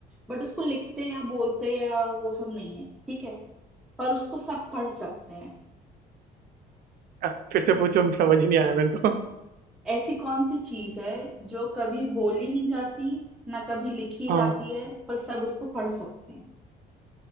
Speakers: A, in the centre; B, on the right.
A: बट उसको लिखते या बोलते या वो सब नहीं है ठीक है पर उसको सब पढ़ सकते हैं
B: अ, फिर से पूछो समझ ही नहीं आया मेरे को
A: ऐसी कौन सी चीज है जो कभी बोली नहीं जाती ना कभी लिखी
B: हाँ
A: जाती है पर सब उसको पढ़ सकते हैं